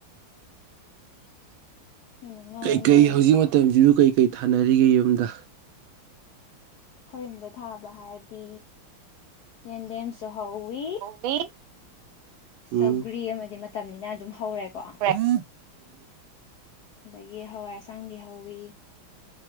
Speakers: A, on the left; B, on the right.
A: <inaudible> ꯉꯧꯔ
B: ꯀꯩꯀꯩ
A: ꯉꯧꯔ
B: ꯍꯧꯖꯤꯛ
A: ꯆꯥꯎ
B: ꯃꯇꯝꯁꯤꯖꯨ ꯀꯩꯀꯩ ꯊꯥꯅꯔꯤꯒꯦ ꯌꯨꯝꯗ
A: ꯑꯩꯈꯣꯏ ꯌꯨꯝꯗ ꯊꯥꯕ ꯍꯥꯏꯔꯗꯤ ꯌꯦꯟꯗꯦꯝꯁꯨ ꯍꯧꯋꯤ
B: ꯀꯣꯕꯤ ꯎꯝ
A: ꯁꯧꯒ꯭ꯔꯤ ꯑꯃꯗꯤ ꯃꯇꯝꯅꯤꯅ ꯑꯗꯨꯝ ꯍꯧꯔꯦꯀꯣ
B: ꯎꯝ
A: ꯑꯗꯒꯤ ꯍꯋꯥꯏ ꯑꯁꯥꯡꯕꯤ ꯍꯧꯋꯤ